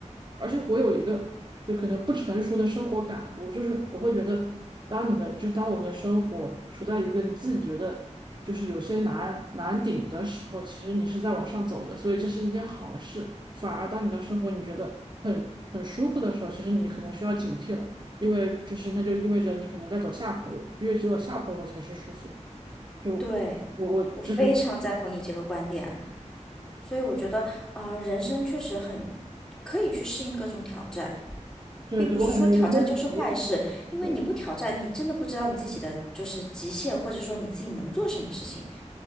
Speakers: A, on the right; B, in the centre.
A: 而且我有一个就可能不成熟的生活感悟，就是我会觉得，当你的就是当我们的生活处在一个你自己觉得就是有些难难顶的时候，其实你是在往上走的，所以这是一件好事。反而当你的生活你觉得很很舒服的时候，其实你可能需要警惕了，因为就是那就意味着你可能在走下坡路，因为只有下坡路才是舒服的。就
B: 对，
A: 我我就是
B: 我非常赞同你这个观点。所以我觉得，呃，人生确实很可以去适应各种挑战，
A: 对对，
B: 并不是说挑战就是嗯坏事，
A: 我感觉人的潜意识，
B: 因为你不挑战，
A: 对
B: 你真的不知道你自己的就是极限，或者说你自己能做什么事情。